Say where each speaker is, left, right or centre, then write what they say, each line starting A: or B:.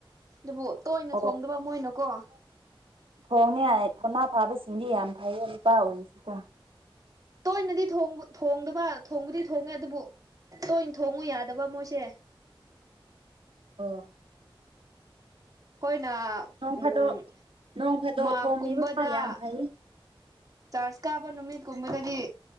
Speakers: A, on the right; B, on the right.
A: ꯗꯨꯕꯨ ꯇꯣꯏꯅ
B: ꯑꯣ
A: ꯊꯣꯡꯗꯕ ꯃꯣꯏꯅꯀꯣ
B: ꯊꯣꯡꯅꯤꯉꯥꯢ ꯊꯧꯅꯥ ꯐꯥꯕꯁꯤꯡꯗꯤ ꯌꯥꯝ ꯐꯩꯌꯦ ꯅꯨꯄꯥ ꯑꯣꯏꯔꯁꯨꯀꯣ
A: ꯇꯣꯏꯅꯗꯤ ꯊꯣꯡ ꯊꯣꯡꯗꯕ ꯊꯣꯡꯕꯨꯗꯤ ꯊꯣꯡꯉꯦ ꯑꯗꯨꯕꯨ ꯇꯣꯏꯟ ꯊꯣꯡꯉꯨ ꯌꯥꯗꯕ ꯃꯣꯏꯁꯦ
B: ꯑꯣ
A: ꯑꯩꯈꯣꯏꯅ
B: ꯅꯣꯡ
A: ꯎꯝ
B: ꯐꯥꯗꯣꯛ ꯅꯣꯡ ꯐꯥꯗꯣꯛ
A: ꯃꯥꯞꯒꯨꯝꯕꯗ
B: ꯊꯣꯡꯕꯤꯕ ꯌꯥꯝ ꯐꯩ
A: ꯆꯥꯔꯖ ꯀꯥꯕ ꯅꯨꯃꯤꯠ ꯀꯨꯝꯕꯗꯗꯤ